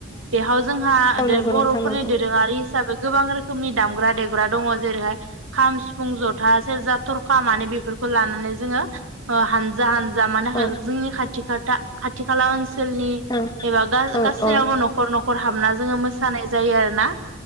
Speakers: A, on the right; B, on the left.
A: बेहाव जोंहा
B: औ नंगौ
A: बर'फोरनि
B: नोंथां नंगौ
A: दोरोङारि हिसाबै गोबां रोखोमनि दामग्रा देग्रा दङ जेरैहाय खाम सिफुं जथा सेरजा थरखा मानि बेफोरखौ लानानै जोङो ओ हानजा हानजा जा मानो होया
B: औ
A: जोंनि खाथि खाथा खाथि खाला ओनसो सोलनि
B: औ
A: एबा गा-गासैनावबो
B: औ औ
A: न'ख हाबना जोङो मोसानाय जायो आरोना।